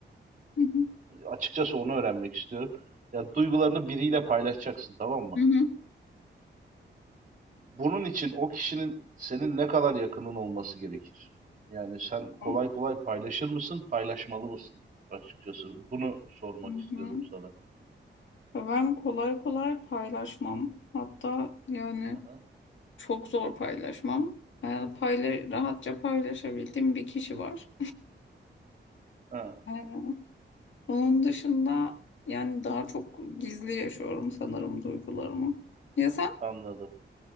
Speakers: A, on the left (about 80°); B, on the right (about 45°).
A: Hı hı.
B: açıkçası onu öğrenmek istiyorum. Ya duygularını biriyle paylaşacaksın tamam mı?
A: Hı hı.
B: Bunun için o kişinin senin ne kadar yakının olması gerekir? Yani sen kolay
A: Hı
B: kolay paylaşır mısın, paylaşmalı mısın? Açıkçası bunu sormak
A: hı.
B: istiyordum sana.
A: Ben kolay kolay paylaşmam. Hatta yani
B: Aha.
A: çok zor paylaşmam. Ee, payla rahatça paylaşabildiğim bir kişi var.
B: Ha,
A: Ee, onun dışında yani daha çok gizli yaşıyorum sanırım duygularımı. Ya sen?
B: <laughs> anladım.